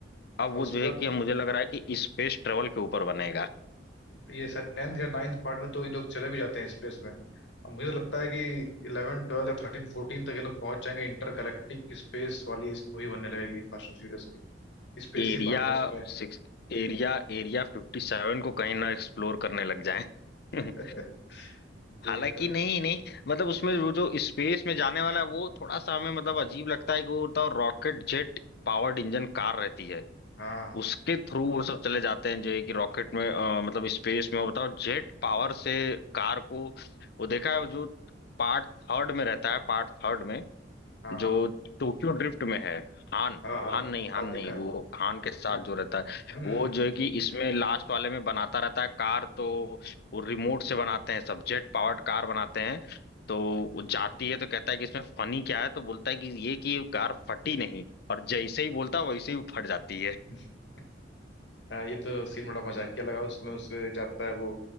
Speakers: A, on the left; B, on the left.
A: अब वो
B: और उसके
A: जो है
B: बाद
A: कि मुझे लग रहा है कि स्पेस ट्रेवल के ऊपर बनेगा
B: ये शायद टेंथ या नाइन्थ पार्ट में तो ये लोग चले भी जाते हैं स्पेस में अब मुझे तो लगता है कि इलेवन ट्वेल्व या थर्टीन फोर्टीन तक ये लोग पहुंच जाएंगे इंटरगैलेक्टिक स्पेस वाली इस मूवी बनने लगेगी फास्ट एंड फ्यूरियस की स्पेसशिप
A: एरिया
B: आएंगे उसमें
A: सिक्स एरिया एरिया फिफ्टी सेवन को कहीं ना एक्सप्लोर करने लग जाए <laughs>
B: <laughs>
A: हालांकि
B: देख
A: नहीं नहीं मतलब उसमें वो जो स्पेस में जाने वाला है वो थोड़ा सा हमें मतलब अजीब लगता है कि वो होता है rocket jet powered engine car रहती है
B: हाँ
A: उसके थ्रू वो सब चले जाते हैं जो है कि रॉकेट में अ, मतलब स्पेस में वो बताओ जेट पावर से कार को वो देखा है वो जो पार्ट थर्ड में रहता है पार्ट थर्ड में
B: हाँ
A: जो टोक्यो ड्रिफ्ट में है हान
B: हाँ हाँ
A: हान नहीं हान
B: हाँ देखा
A: नहीं वो हान के साथ
B: हम्म
A: जो रहता है
B: हम्म
A: वो जो है कि इसमें लास्ट वाले में बनाता रहता है कार तो वो रिमोट से बनाते हैं सब जेट पावर्ड कार बनाते हैं तो वो जाती है तो कहता है कि इसमें फनी क्या है तो बोलता है कि ये कि ये कार फटी नहीं और जैसे ही बोलता है वैसे ही वो फट जाती है
B: <laughs> हाँ ये तो सीन बड़ा मजाकिया लगा उसमें उससे जाता है वो